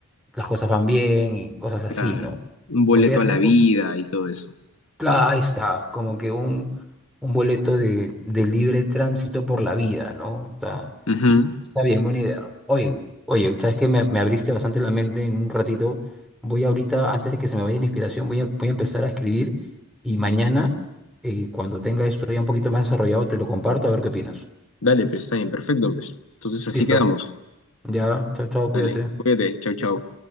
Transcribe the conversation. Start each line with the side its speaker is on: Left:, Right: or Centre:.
Centre: las cosas van bien y cosas así,
Left: Claro,
Centre: ¿no?
Left: un boleto
Centre: Podría ser,
Left: a la vida
Centre: por-
Left: y todo eso.
Centre: claro, ahí está, como que un, un boleto de, de libre tránsito por la vida, ¿no? Está-
Left: Ujú.
Centre: Está bien, buena idea. Oye, oye, sabes que me, me abriste bastante la mente en un ratito. Voy ahorita, antes de que se me vaya la inspiración, voy a, voy a empezar a escribir y mañana, eh, cuando tenga esto ya un poquito más desarrollado, te lo comparto a ver qué opinas.
Left: Dale, pues está bien, perfecto, pues. Entonces así
Centre: Listo.
Left: quedamos.
Centre: Ya, chao, chao, cuídate.
Left: Dale, cuídate, chau, chau.